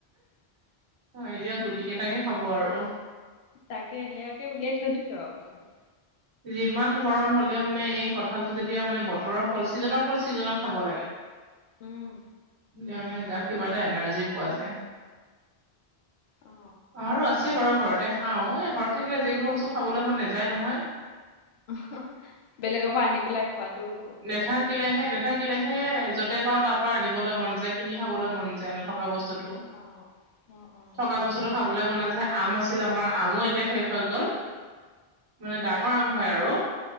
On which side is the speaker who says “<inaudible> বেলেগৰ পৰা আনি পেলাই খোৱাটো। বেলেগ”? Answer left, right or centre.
Left